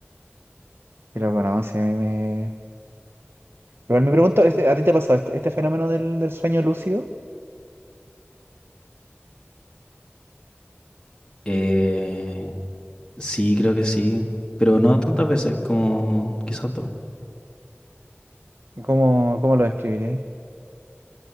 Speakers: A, on the right; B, on the left.
A: Y luego, no, sí a mí me... Igual me pregunto, este- ¿a ti te ha pasado este, este fenómeno del, del sueño lúcido?
B: Eh, sí, creo que sí, pero no tantas veces, como quizás dos.
A: ¿Y ¿Cómo, cómo lo describirías?